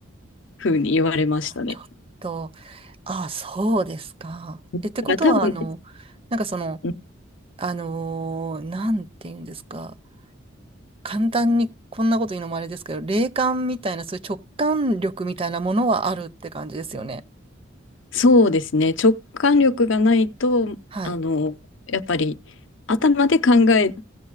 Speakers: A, on the left; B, on the right.
A: ふうに言われましたね。
B: ちょっと。あ、そうですか。
A: だから多分、
B: え、ってことは、あの、なんかその、
A: うん
B: あのーなんて言うんですか。簡単にこんなこと言うのもあれですけど、霊感みたいな、そういう直感力みたいなものはあるって感じですよね。
A: そうですね、直感力がないと、
B: はい。
A: あの、やっぱり、頭で考え